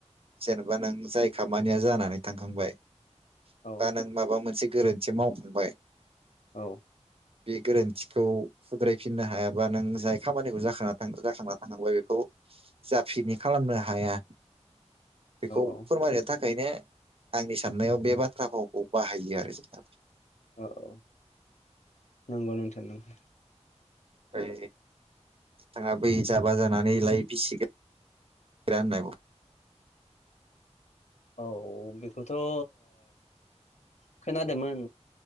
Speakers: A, on the right; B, on the left.
A: जेनेबा नों जाय खामानिया जानानै थांखांबाय
B: औ
A: बा नों माबा मोनसे गोरोन्थि मावफांबाय।
B: औ।
A: बे गोरोन्थिखौ सुद्रायफिननो हायाबा नों जाय खामानिखौ जाखांना जाखांना थांबाय बेखौ जाफिनि खालामनो हाया बेखौ
B: औ
A: फोरमायनो थाख खायनो आंनि साननायाव बे बाथ्रा भावखौ बाहायो आरो नोंथां।
B: औ औ नंगौ नोंथां नंगौ।
A: ओमफ्राय बिथाङा बै जाबा जानानै लाय बिसिगो ग्रा होन्नायखौ
B: औ औ बेखौथ' ओ खोनादोंमोन।